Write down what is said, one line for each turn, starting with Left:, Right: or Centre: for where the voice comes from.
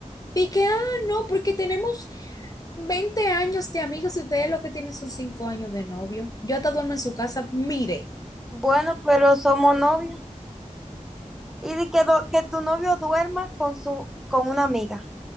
Left: di que, ah, no, porque tenemos 20 años de amigos y ustedes lo que tienen son 5 años de novio. Yo hasta duermo en su casa, mire,
Centre: Bueno, pero somos novios. Y di que, do- que tu novio duerma con su con una amiga,